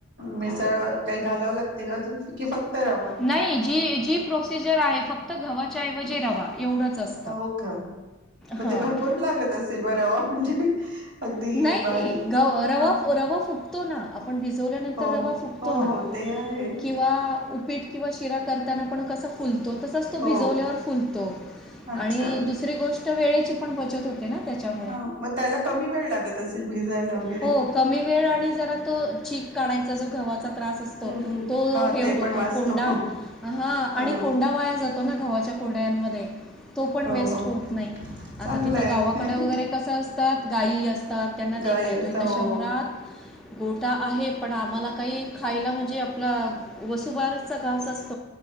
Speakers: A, on the right; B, in the centre.
A: मिसळ काही घालावं लागते का अजून की फक्त रवा?
B: नाही जी जी प्रोसिजर आहे फक्त गव्हाच्याऐवजी रवा. एवढंच असतं.
A: हो का मग
B: हां
A: ते भरपूर लागत असेल म रवा म्हणजे अगदी
B: नाही
A: भारी
B: नाही ग रवा
A: ह
B: रवा फुगतो ना आपण भिजवल्यानंतर
A: हो
B: रवा फुगतो
A: हो
B: ना.
A: हो ते आहे
B: किंवा उपीट किंवा शिरा करताना पण कस फुलतो तसाच तो
A: हो
B: भिजवल्यावर फुलतो
A: अच्छा
B: आणि दुसरी गोष्ट वेळेची पण बचत होते ना त्याच्यामुळे
A: हा मग त्याला कमी वेळ लागत असेल भिजायला. वगैरे
B: हो कमी वेळ आणि जरा तो चीक काढायचा जो गव्हाचा त्रास असतो
A: हम्म हम्म
B: तो
A: हा
B: हे
A: ते
B: होतो
A: पण वाचतो
B: कोंडा हा
A: ह
B: आणि कोंडा वाया जातो ना गव्हाच्या कुरड्यान मध्ये तो पण
A: हो
B: वेस्ट
A: हो
B: होत नाही आता
A: चांगलं
B: तिथ
A: आहे
B: गावाकड वगैरे कस अस असतात गाय असतात त्यांना
A: गाई
B: देता येतो
A: असं
B: इथ
A: हो
B: शहरात गोठा आहे पण आम्हाला काही खायला म्हणजे आपला वसुबारचा घास अस